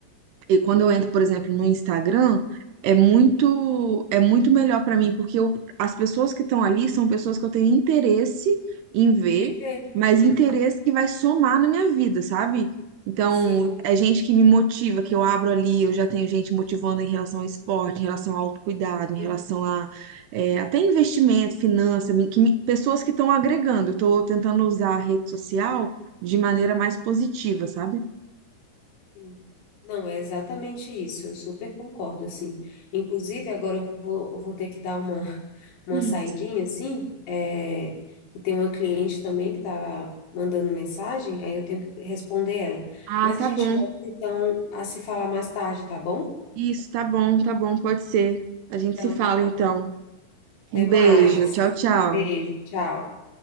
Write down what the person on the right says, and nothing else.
E quando eu entro, por exemplo, no Instagram, é muito é muito melhor para mim, porque eu- as pessoas que estão ali são pessoas que eu tenho interesse em ver,
mas interesse
que vai somar na minha vida, sabe? Então,
é gente que me motiva, que eu abro ali, eu já tenho gente motivando em relação ao esporte, em relação ao autocuidado, em
relação a é, até investimento, finança, me- que me- pessoas que estão agregando. Eu estou tentando usar a rede social de maneira mais positiva, sabe?
Hum.
Ah,
tá
bom.
Isso, tá bom, tá bom, pode ser. A gente
se fala
então.
Um
beijo, tchau, tchau.